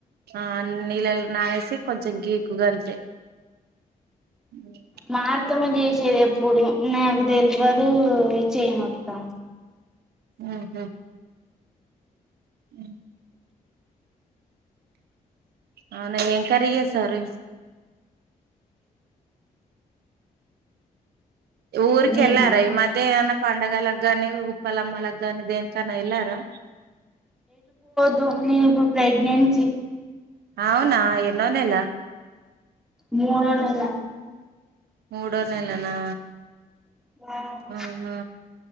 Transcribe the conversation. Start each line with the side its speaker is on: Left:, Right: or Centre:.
Right: ఆ నీళ్ళలు నానేసి కొంచెం గీకు గంతే మ్
Centre: మా అత్తమ్మ చేసేది ఎప్పుడు నాకు తెల్వదు ఈ చేయ నోత్తం
Right: ఉమ్ హు మ్ అవునా ఏం కర్రీ చేసారు ఊరికెళ్ళారా
Centre: నేనా
Right: ఈ మధ్య పండగలకు గాని ఉప్పలమ్మాలకి గాని దేనికన్నా వెళ్ళారా
Centre: తో నేను ఇప్పుడు ప్రెగ్నెన్సీ
Right: అవునా ఎన్నో నెల
Centre: మూడో నెల
Right: మూడో నెలనా
Centre: అవును
Right: అవునా